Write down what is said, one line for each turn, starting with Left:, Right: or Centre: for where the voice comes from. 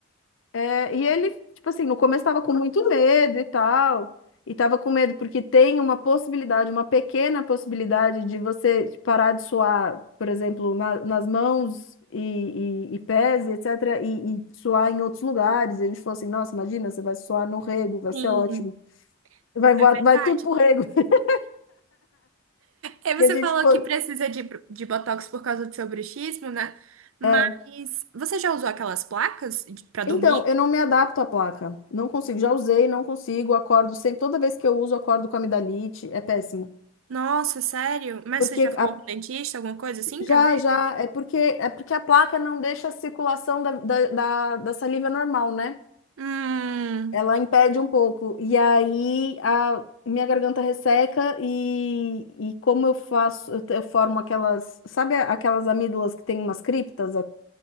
Left: É, e ele, tipo assim, no começo estava com muito medo e tal, e estava com medo porque tem uma possibilidade, uma pequena possibilidade de você parar de suar, por exemplo, na- nas mãos e, e, e pés, e etc., e, e suar em outros lugares. E a gente falou assim, nossa, imagina, você vai suar no rego, vai
Right: sim,
Left: ser ótimo. Vai voar,
Right: é verdade.
Left: vai tudo pro rego. <laughs>
Right: E você
Left: E a gente
Right: falou
Left: ficou,
Right: que precisa de, de botox por causa do seu bruxismo, né? Mas
Left: é.
Right: você já usou aquelas placas de- pra dormir?
Left: Então, eu não me adapto à placa. Não consigo. Já usei, não consigo. Acordo sempre. Toda vez que eu uso, acordo com amidalite. É péssimo.
Right: Nossa, sério? Mas
Left: Porque
Right: você já falou
Left: a
Right: com o dentista, alguma coisa assim
Left: Já,
Right: pra ver?
Left: já, é porque é porque a placa não deixa a circulação da, da, da, da saliva normal, né?
Right: Hum,
Left: Ela impede um pouco. E aí a minha garganta resseca e, e como eu faço, eu, te- eu formo aquelas, sabe a- aquelas amígdalas que tem umas criptas a-